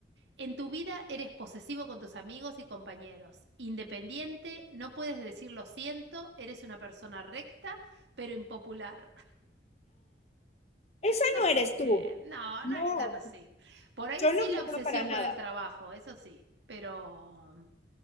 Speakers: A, on the right (about 85°); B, on the left (about 35°).
A: En tu vida eres posesivo con tus amigos y compañeros, independiente, no puedes decir lo siento, eres una persona recta, pero impopular. <laughs>
B: Esa
A: No
B: no
A: sé,
B: eres tú.
A: no,
B: No,
A: no es tan así. Por ahí
B: yo
A: sí
B: no creo
A: la obsesión
B: para nada.
A: con el trabajo, eso sí, pero,